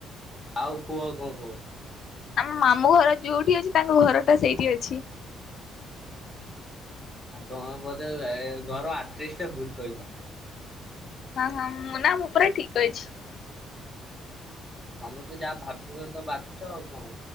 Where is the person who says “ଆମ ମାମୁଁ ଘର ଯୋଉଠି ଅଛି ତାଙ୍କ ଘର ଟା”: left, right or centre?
Left